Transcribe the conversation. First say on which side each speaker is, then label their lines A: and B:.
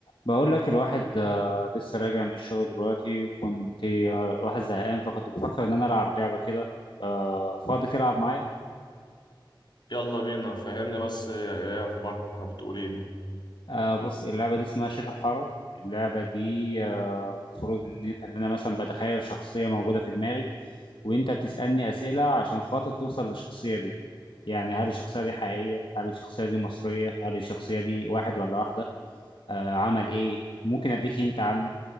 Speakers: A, on the left (about 75°); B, on the left (about 60°).
A: بقول لك الواحد آه، لسه راجع من الشغل دلوقتي وكنت آه، الواحد زهقان فكنت بفكر ان انا العب لعبه كده آه، فاضي تلعب معايا
B: يلا بينا فهمني بس ايه إيه اخبارها بتقول ايه دي
A: آه، بص اللعبه دي اسمها شيخ الحاره اللعبه دي آه، المفروض ان إن انا مثلا بتخيل شخصيه موجوده في دماغي وانت بتسالني اسئله عشان خاطر توصل للشخصيه دي يعني هل الشخصيه دي حقيقيه هل الشخصيه دي مصريه هل الشخصيه دي واحد ولا واحده آه، عمل ايه ممكن اديك هنت عنه